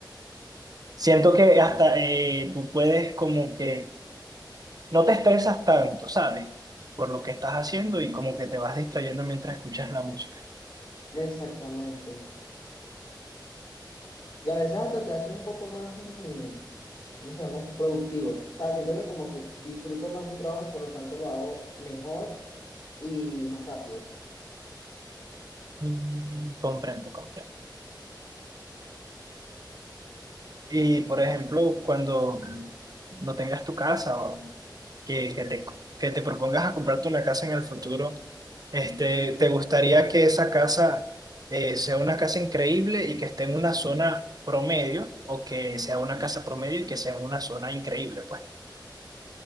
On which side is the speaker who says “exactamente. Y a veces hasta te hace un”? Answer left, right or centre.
Left